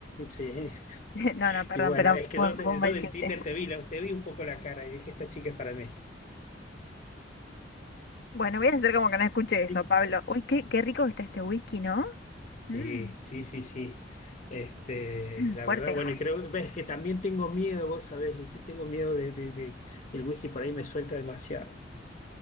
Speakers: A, on the left; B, on the left.
A: Sí, <laughs>
B: <laughs> No, no, perdón,
A: y bueno,
B: pero
A: es que
B: fue,
A: yo,
B: un
A: te-
B: fue un mal
A: yo
B: chiste.
A: en Tinder te vi, la- te vi un poco la cara y dije, esta chica es para mí.
B: Bueno, voy a hacer como que no escuché eso,
A: Y s-
B: Pablo. Uy, qué, qué rico que está este whisky, ¿no?
A: Sí,
B: Mm,
A: sí, sí, sí. Este,
B: <clears throat>
A: la
B: fuerte.
A: verdad, bueno, y creo, ves que también tengo miedo, vos sabés, Lucy, tengo miedo de, de- de- el whisky por ahí me suelta demasiado.